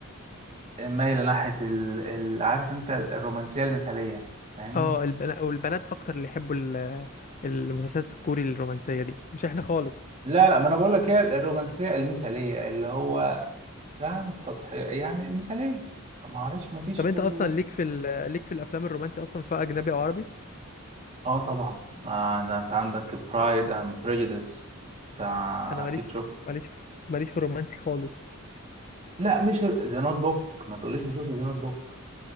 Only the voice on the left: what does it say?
اه البنات او البنات اكتر اللي يحبوا ال- المسلسلات الكوري الرومانسيه دي مش احنا خالص
طب
انت
اصلا ليك في ال- ليك في الافلام الرومانسي اصلا سواء اجنبي او عربي
انا ماليش
ماليش في ماليش في الرومانسي خالص